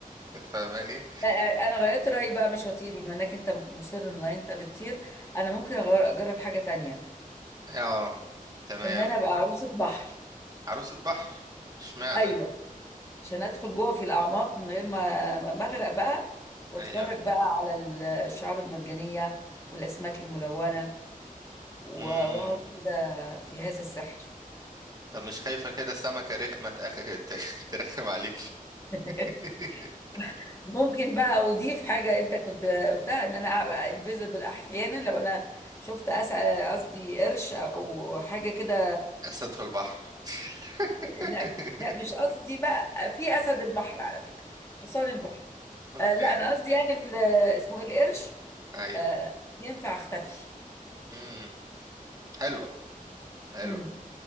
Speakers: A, on the right (about 25°); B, on the left (about 20°).
A: <laughs> فاهماني
B: لا، انا غيرت رايي بقى مش هطير بما انك انت مصر ان انت اللي تطير انا ممكن أغير- اجرب حاجة تانية
A: اه تمام
B: ان انا ابقى عروسة بحر
A: عروسة بحر اشمعنى
B: ايوه عشان ادخل جوه في الاعماق من غير ما ما ما اغرق بقى واتفرج
A: ايوه
B: بقى على ال- الشعاب المرجانية والاسماك الملونة و-
A: امم
B: واقعد كده في هذا السحر
A: طب مش خايفة كده سمكة رخمة تأخ- ت- ترخم عليك
B: <laughs>
A: <laughs>
B: ممكن بقى اضيف حاجة انت كنت قلتها ان انا ابقى انفيزبل احيانا لو انا شفت أس- قصدي قرش او حاجة كده
A: اسد في البحر <laughs>
B: لا لا مش قصدي بقى في اسد البحر على فكرة حصان البحر
A: اوكي
B: آه لا انا قصدي يعني ال- اسمه ايه القرش
A: ايوه
B: آه ينفع اختفي
A: امم حلوة حلوة
B: مم.